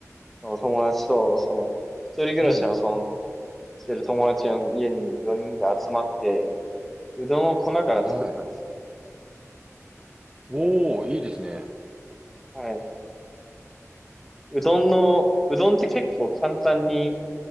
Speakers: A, in the centre; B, on the right.
A: の友達と、その、一人暮らしの、
B: うん。
A: その、してる友達の家に4人で集まって、うどんを粉から作ったんですよ。
B: はい。おお、いいですね。
A: はい。うどんの、うどんって結構簡単に、